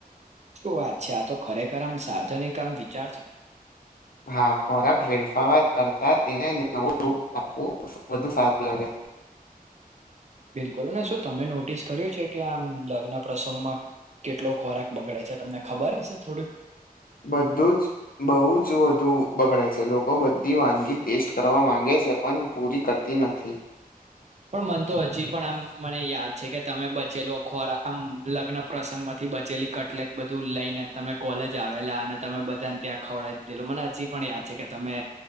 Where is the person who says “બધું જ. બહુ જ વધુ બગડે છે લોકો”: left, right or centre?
Left